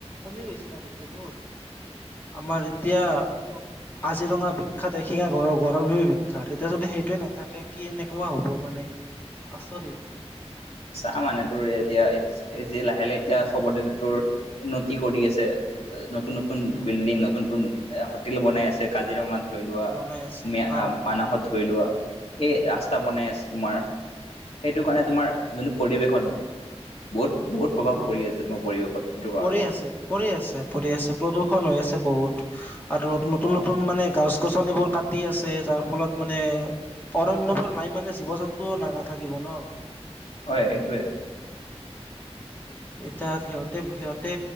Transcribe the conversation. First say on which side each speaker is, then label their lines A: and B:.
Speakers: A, on the left; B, on the left.
A: কমি গৈছে ন গোটেইবোৰ আমাৰ এতিয়া কাজিৰঙা বিখ্যাত এশিঙীয়া গঁড়ৰ গড়ৰ বাবে বিখ্যাত এতিয়া যদি সেইটোৱে নাথাকে কি এনেকুৱা হ'ব মানে আছৰিত
B: চাহ মানে তোৰ এতিয়া যি লাহে লাহে এতিয়া চবতে তোৰ উন্নতি কৰি আছে নতুন নতুন নতুন
A: উম
B: বিল্ডিং নতুন নতুন হোটেল বনাই আছে কাজিৰঙাত ধৰি লোৱা
A: বনাই আছে
B: মে
A: অ
B: মানহত
A: অ
B: ধৰি লোৱা সেই ৰাস্তা বনাই আছে তোমাৰ সেইটো কাৰণে তোমাৰ যোনটো পৰিৱেশত বহুত বহুত প্ৰভাৱ পৰি
A: উম
B: আছিল মোৰ পৰিৱেশত সেইটো কাৰণে
A: পৰি আছে পৰি আছে পৰি আছে প্ৰদূষণ হৈ আছে বহুত আৰু নতুন নতুন
B: অ
A: নতুন মানে গাছ গছনিবোৰ কাটি আছে যাৰ ফলত মানে অৰণ্যবোৰ নাই মানে জীৱ জন্তুও না নাথাকিব ন
B: হয় এইটোৱে।
A: এতিয়া সিহঁতে সিহঁতে